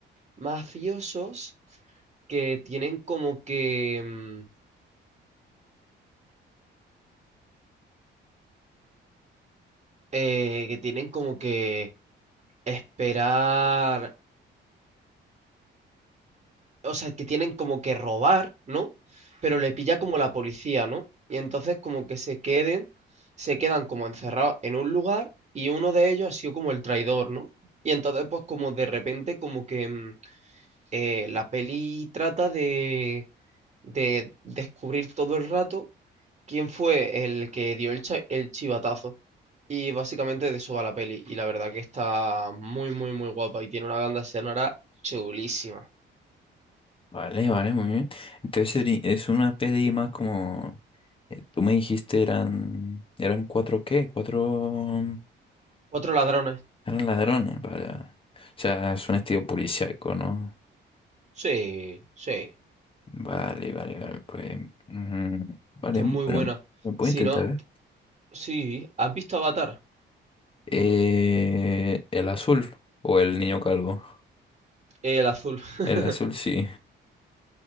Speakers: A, on the right; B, on the left.
A: mafiosos que tienen como que, mm, eh, que tienen como que esperar, o sea, que tienen como que robar, ¿no? Pero le pilla como la policía, ¿no? Y entonces como que se queden, se quedan como encerrados en un lugar y uno de ellos ha sido como el traidor, ¿no? Y entonces pues como de repente como que mm, eh, la peli trata de de descubrir todo el rato quién fue el que dio el, cha- el chivatazo. Y básicamente de eso va la peli. Y la verdad que está muy, muy, muy guapa. Y tiene una banda sonora chulísima.
B: Vale, vale, muy bien. Entonces seri- es una peli más como... eh, tú me dijiste eran... ¿Eran cuatro qué? Cuatro...
A: Cuatro ladrones.
B: Eran ladrones, para... O sea, es un estilo policíaco, ¿no?
A: Sí, sí.
B: Vale, vale, vale, pues, mm, vale,
A: Está muy
B: bueno,
A: buena.
B: lo puedo
A: Si
B: intentar.
A: no, sí. ¿Has visto Avatar?
B: Eh, Eh, el azul o el niño calvo.
A: El azul. <laughs>
B: El azul, sí.